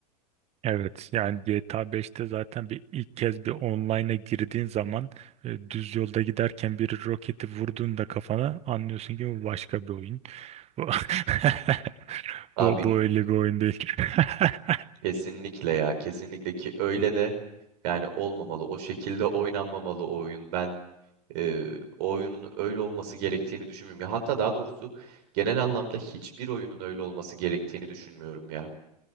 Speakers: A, on the right; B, on the right.
A: Evet yani GTA 5'te zaten bir ilk kez bir online'a girdiğin zaman e, düz yolda giderken bir roketi vurduğunda kafana anlıyorsun ki bu başka bir oyun. Bu, <laughs>
B: Abi
A: bu, bu öyle bir oyun değil. <laughs>
B: kesinlikle ya kesinlikle ki öyle de yani olmamalı. O şekilde oynanmamalı o oyun. Ben e, o oyunun öyle olması gerektiğini düşünmüyorum. Ya hatta daha doğrusu genel anlamda hiçbir oyunun öyle olması gerektiğini düşünmüyorum ya.